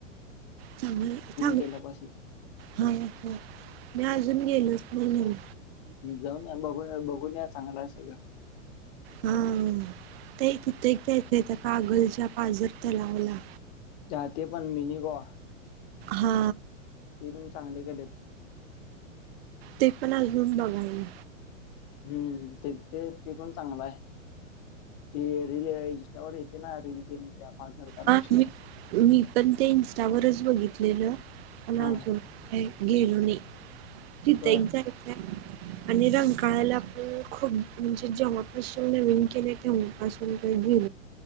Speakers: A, on the right (about 50°); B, on the left (about 35°).
A: चांग चांग
B: केल्यापासून
A: ह मी अजून गेलोच महिनला
B: जाऊन या बघू बघून या चांगला आहे सगळं
A: हा ते तिथे एक जायचंय कागलच्या पाजर तलावला
B: जात पण मीनी गो
A: हा
B: ते पण चांगले केलेत
A: ते पण अजून बघाले
B: हम्म ते ते ते पण चांगला आहे रील इवर येते ना रीलल ते तलावची
A: हा म मी पण ते इंस्टावरच बघितलेलं प
B: हा
A: अजून का गेलो नाही तिथ
B: बर
A: एक जाय आणि रंग काळायला खू खूप म्हणजे जेवॉप विंग केले ते असल काही घी